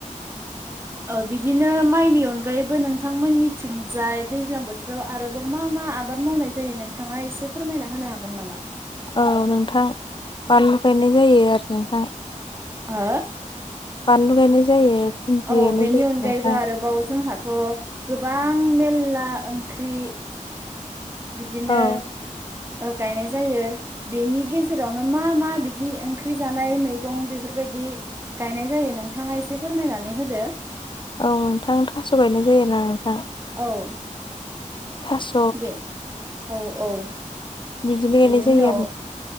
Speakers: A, on the left; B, on the right.
A: <inaudible>
B: औ बिदिनो माइनि अनगायैबो नोंथांमोननिथिंजाय दैज्लां बोथोराव आरोबाव मा मा आबाद मावनाय जायो नोंथाङा एसे फोरमायना होनो हागोन नामा
A: औ नोंथां बानलु गायनाय जायो आरो नोंथां
B: हो
A: बानलु गायनाय जायो भिन्दि
B: औ
A: गायनाय
B: बेनि
A: जायो
B: अनगायैबो
A: नोंथां
B: आरोबाव जोंहाथ' गोबां मेरला ओंख्रि बिदिनो
A: औ
B: गायनाय जायो बेनि गेजेरावनो मा मा बिदि ओंख्रि जानाय मैगं बेफोरबायदि गायनाय जायो नोंथाङा एसे फोरमायनानै होदो
A: औ नोंथां थास' गायनाय जायोना नोंथां
B: औ
A: थास'
B: बे औ औ
A: बिदिनो गायनाय
B: बेनि
A: जायो
B: उनाव
A: आरो